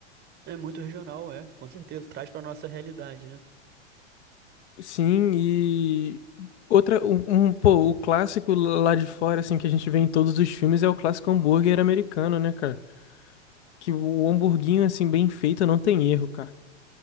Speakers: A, on the right; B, on the left.
A: É muito regional, é, com certeza, traz para nossa realidade, né?
B: Sim, e outra, um, um, pô, o clássico lá de fora, assim, que a gente vê em todos os filmes é o clássico hambúrguer americano, né, cara? Que o hamburguinho, assim, bem feito não tem erro, cara.